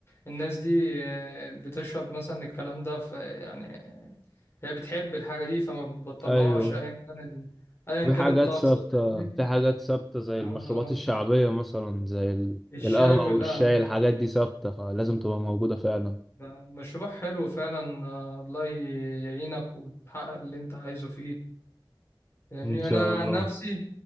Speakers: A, on the left; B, in the centre.
A: الناس دي آه، بتشرب مثلا الكلام ده في يعني هي بتحب الحاجة دي فما بتبطلهاش
B: ايوه
A: ايا كان ال... ايا
B: في
A: كان
B: حاجات
A: الطقس
B: ثابته
A: فاهمني
B: في حاجات ثابته زي
A: اه
B: المشروبات
A: اه
B: الشعبيه مثلا زي ال...
A: الشاي
B: القهوه
A: والقهوة
B: والشاي الحاجات دي ثابته فلازم تبقى موجوده فعلا
A: ده مشروع حلو فعلا آه، الله ي- يعينك وتحقق اللي انت عايزه فيه يعني
B: ان شاء
A: انا
B: الله
A: عن نفسي